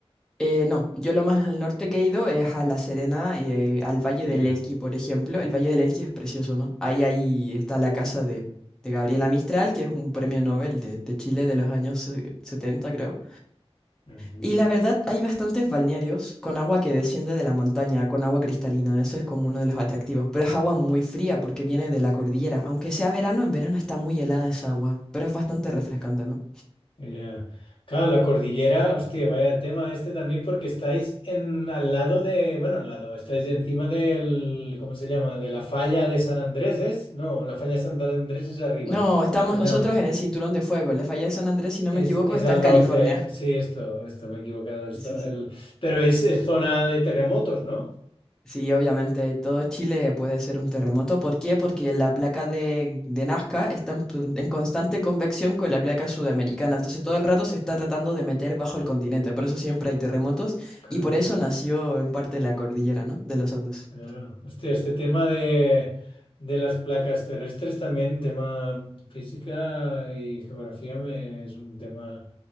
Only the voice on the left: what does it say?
Ya.
Ujú.
Ya. Claro, la cordillera, hostia, vaya tema este también porque estáis en al lado de, bueno, al lado, estáis encima del, ¿cómo se llama? De la falla de San Andrés, ¿es? No, la falla de San Andrés es arriba.
Eh, No,
es,
es
al
norte. Sí, esto, esto, me he equivocado. Esto,
el, pero es, es zona de terremotos, ¿no?
Claro.
Claro. Hostia, este tema de, de las placas terrestres también, tema física y geografía, me- es un tema